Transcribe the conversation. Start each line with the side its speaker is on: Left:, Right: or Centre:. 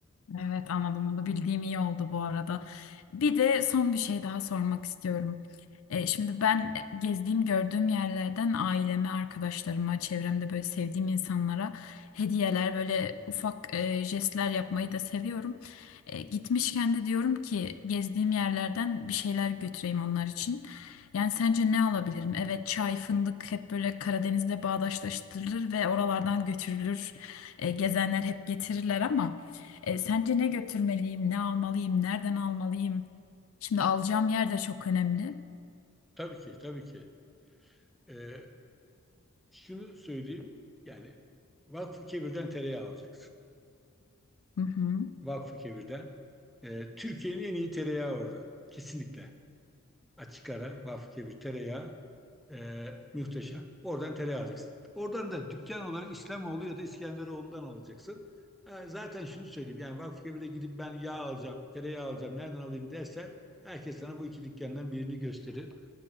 Left: Evet anladım bunu bildiğim iyi oldu bu arada. Bir de son bir şey daha sormak istiyorum. E, şimdi ben gezdiğim gördüğüm yerlerden aileme, arkadaşlarıma, çevremde böyle sevdiğim insanlara hediyeler böyle ufak e, jestler yapmayı da seviyorum. E, gitmişken de diyorum ki gezdiğim yerlerden bir şeyler götüreyim onlar için. Yani sence ne alabilirim? Evet çay, fındık hep böyle Karadeniz'de bağdaştırılır ve oralardan götürülür. E, gezenler hep getirirler ama. E, sence ne götürmeliyim, ne almalıyım, nereden almalıyım? Şimdi alacağım yer de çok önemli.
Centre: Tabii ki, tabii ki. Ee, şunu söyleyeyim. Yani Vakfıkebir'den tereyağı alacaksın.
Left: Hı hı.
Centre: Vakfıkebir'den. Ee, Türkiye'nin en iyi tereyağı orada. Kesinlikle. Açık ara Vakfıkebir tereyağı e, muhteşem. Oradan tereyağı alacaksın. Oradan da dükkan olarak İslamoğlu ya da İskenderoğlu'ndan alacaksın. Ee, zaten şunu söyleyeyim. Yani Vakfıkebir'e gidip ben yağ alacağım, tereyağı alacağım, nereden alayım dersen herkes sana bu iki dükkandan birini gösterir.